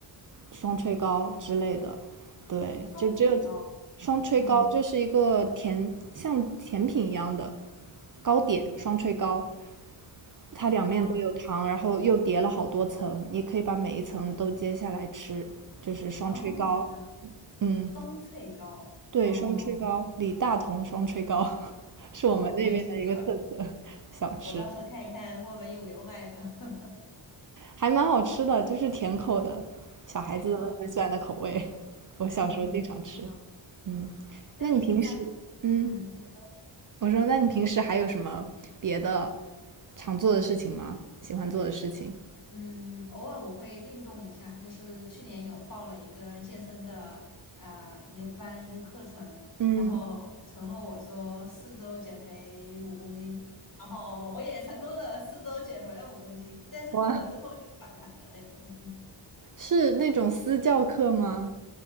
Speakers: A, on the right; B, on the left.
A: 双炊糕之类的。对，
B: 双脆糕，
A: 就只有双炊糕，
B: 嗯，
A: 就是一个甜像甜品一样的糕点，双炊糕，它两面都有糖，
B: 啊，
A: 然后又叠了好多层，你可以把每一层都揭下来吃，就是双炊糕。
B: 哦，真的。
A: 嗯，
B: 双脆糕。
A: 对，
B: 哦，
A: 双嗯，炊糕，李大同双炊糕 <laughs> 是我们那边的一个特色
B: 好，我记住了，
A: 小吃，
B: 我到时候看一看墨尔本有没有卖的 <laughs>
A: 还蛮好吃的，就是甜口的，小孩子很喜欢的口味。
B: 甜口的。
A: 我小时候经嗯常吃。
B: 嗯，挺好。
A: 嗯，
B: 那你现在，
A: 那你平时，嗯，
B: 嗯，你说，
A: 我说，那你平时还有什么别的常做的事情吗？喜欢做的事情？
B: 嗯，偶尔我会运动一下，就是去年有报了一个健身的啊、一个班一个课程，
A: 嗯，
B: 然后承诺我说四周减肥五公斤，然后我也成功的四周减肥了五公斤，但是过了之后就反弹了那种。
A: 哇，<laughs> 是那种私教课吗？